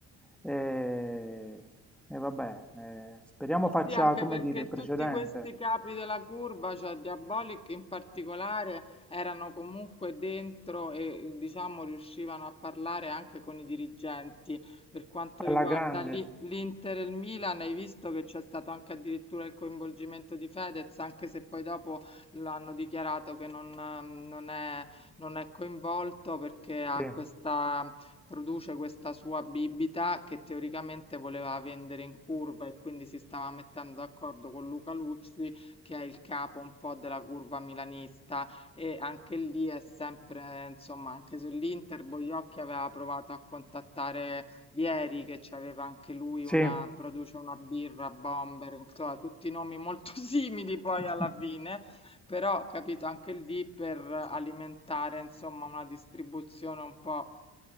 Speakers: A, in the centre; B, on the left.
A: E, e vabbè, eh, speriamo
B: Eh
A: faccia,
B: sì, anche
A: come
B: perché
A: dire, precedente.
B: tutti questi capi della curva, cioè Diabolic in particolare, erano comunque dentro e eh, diciamo riuscivano a parlare anche con i dirigenti. Per quanto
A: Alla
B: riguarda
A: grande,
B: lì- l'Inter e il Milan, hai visto che c'è stato anche addirittura il coinvolgimento di Fedez, anche se poi dopo l'hanno dichiarato che non, ehm, non è, non è coinvolto perché ha
A: sì,
B: questa produce questa sua bibita che teoricamente voleva vendere in curva e quindi si stava mettendo d'accordo con Luca Lucci, che è il capo un po' della curva milanista. E anche lì è sempre, insomma, anche sull'Inter, Boiocchi aveva provato a contattare Vieri, che aveva anche lui
A: sì,
B: una, produce una birra, Bomber, insomma, tutti nomi molto <laughs> simili poi
A: <laughs>
B: alla fine però capito anche lì per alimentare insomma una distribuzione un po'